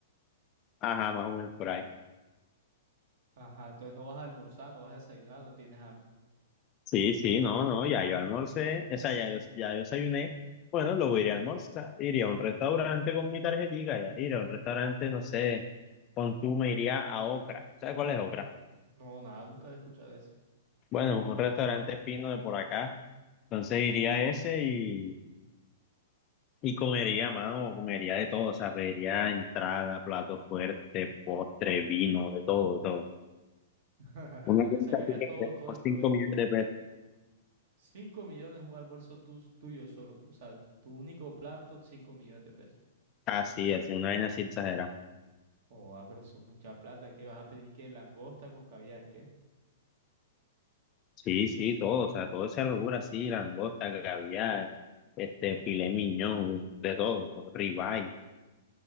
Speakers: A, on the left; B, on the right.
A: ajá, más o menos por ahí.
B: Ajá, entonces no vas a almorzar, no vas a desayunar, no tienes hambre.
A: Sí, sí, no, no, ya yo almorcé, o sea, ya yo, ya yo desayuné, bueno, luego iré a almorzar, iré a un restaurante con mi tarjetita, ya, iré a un restaurante, no sé, con tú me iría a Ocra, ¿sabes cuál es Ocra?
B: No, nada, nunca he escuchado eso.
A: Bueno, un restaurante fino de por acá. Entonces iría a ese y, y comería, mano, comería de todo. O sea, pediría entrada, plato fuerte, postre, vino, de todo, de todo.
B: <laughs>
A: Una cuenta
B: Le sacaría
A: así que
B: todo,
A: sea
B: todo
A: como
B: el provecho.
A: 5 millones de pesos.
B: Cinco millones un almuerzo tu- tuyo solo. O sea, tu único plato, cinco millones de pesos.
A: Así, así, una vaina así exagerada.
B: Oh, ah, pero eso es mucha plata. ¿Qué vas a pedir? ¿Qué? Langosta con caviar, ¿qué?
A: Sí, sí, todo, o sea, todo esa locura así, langosta, caviar, este, filet mignon, de todo, ribeye.